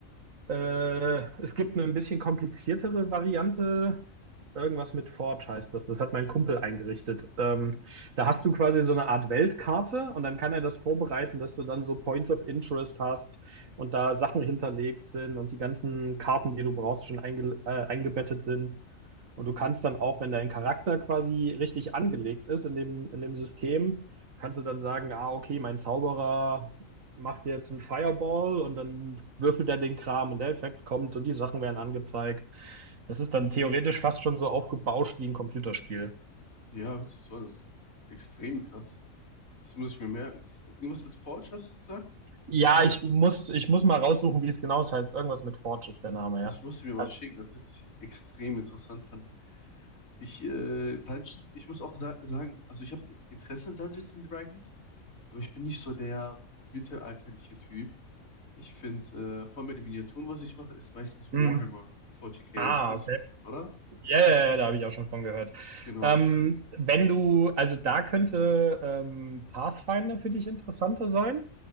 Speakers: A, on the right (about 70°); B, on the left (about 80°).
A: Äh, es gibt eine ein bisschen kompliziertere Variante. Irgendwas mit Forge heißt das. Das hat mein Kumpel eingerichtet. Ähm, da hast du quasi so eine Art Weltkarte und dann kann er das vorbereiten, dass du dann so Points of Interest hast und da Sachen hinterlegt sind und die ganzen Karten, die du brauchst, schon einge äh, eingebettet sind. Und du kannst dann auch, wenn dein Charakter quasi richtig angelegt ist in dem, in dem System, kannst du dann sagen, ah, okay, mein Zauberer macht jetzt einen Fireball und dann würfelt er den Kram und der Effekt kommt und die Sachen werden angezeigt. Das ist dann theoretisch fast schon so aufgebauscht wie ein Computerspiel.
B: Ja, hört sich so an. Das ist extrem krass. Das muss ich mir merken. Irgendwas mit Forge hast du gesagt?
A: Ja, ich muss, ich muss mal raussuchen, wie es genau heißt. Irgendwas mit Forge ist der Name,
B: Das
A: ja.
B: musst du mir mal
A: Ah,
B: schicken. Das hört sich extrem interessant an. Ich, äh, Dungeons, ich muss auch sa sagen, also ich habe Interesse an Dungeons and Dragons, aber ich bin nicht so der mittelalterliche Typ. Ich finde, äh, vor allem bei den Miniaturen, was ich mache, ist meistens
A: hm.
B: Warhammer 40k.
A: Ah,
B: Das kennst
A: okay.
B: du, bestimmt, oder?
A: Ja, ja, ja, da habe ich auch schon von gehört.
B: Genau.
A: Ähm, wenn du, also da könnte ähm, Pathfinder für dich interessanter sein.